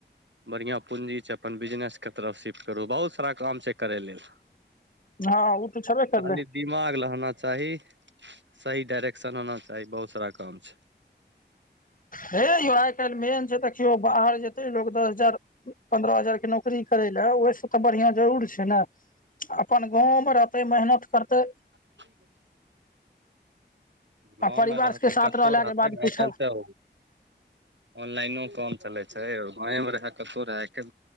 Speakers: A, on the right (about 75°); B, on the left (about 45°).
A: बढ़िया पूंजी छै अपन बिजनेस के तरफ शिफ्ट करू बहुत सारा काम छै करै लेल
B: हँ ओ त छबे करलै
A: खाली दिमाग लहना चाही सही डायरेक्शन होना चाही बहुत सारा काम छै
B: हे यौ आइ काल्हि मेन छै देखियौ बाहर जेतै लोक दस हजार पन्द्रह हजार के नौकरी करै लए ओहिसँ तऽ बढ़िआं जरूर छै ने अपन गाँवमे रहतै मेहनत करतै
A: क <inaudible> गाँवमे
B: आ परिवार
A: रहतै
B: के साथ
A: कतहु
B: रहलाके
A: रहतै
B: बाद कुछ
A: आइकल त ऑनलाइनो काम चलै छै गांवे मे रहे कतहु रहै